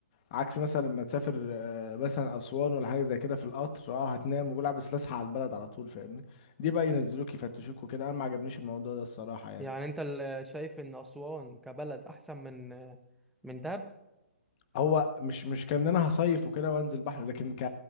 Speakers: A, on the left; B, in the centre.
A: عكس مثلا لما تسافر آه، مثلا اسوان ولا حاجة زي كده في القطر اه هتنام وجولع بس تصحى على البلد على طول فاهمني دي بقى ينزلوك يفتشوك وكده انا ما عجبنيش الموضوع ده الصراحة يعني
B: يعني انت ال- شايف ان اسوان كبلد احسن من من دهب
A: هو مش مش كان انا هصيف وكده وانزل بحر لكن ك